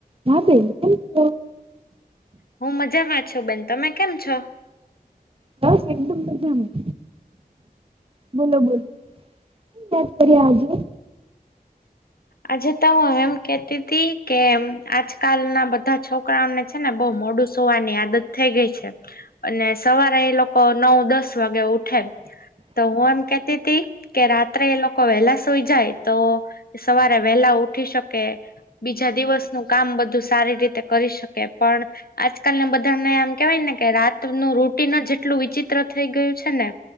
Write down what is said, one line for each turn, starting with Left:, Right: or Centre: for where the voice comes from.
Right: હા બેન કેમ છો?
Left: હું મજામાં છું બેન તમે કેમ છો?
Right: બસ એકદમ મજામાં બોલો <unintelligible> આજે
Left: આજે તો હું એમ કેતી હતી કે આજકાલના બધા છોકરાઓને છે, ને બોવ મોડું સુવાની આદત થઈ ગઈ છે. અને સવારે એ લોકો નવ દસ વાગે ઉઠે તો હું એમ કેતીતી કે રાત્રે એ લોકો વહેલા સુઈ જાય તો સવારે વહેલા ઉઠી શકે બીજા દિવસનું કામ બધું સારી રીતે કરી શકે પણ આજકાલ ને બધાને આમ કેવાય ને કે રાતનું રોટીન જેટલું વિચિત્ર થઈ ગયું છે, ને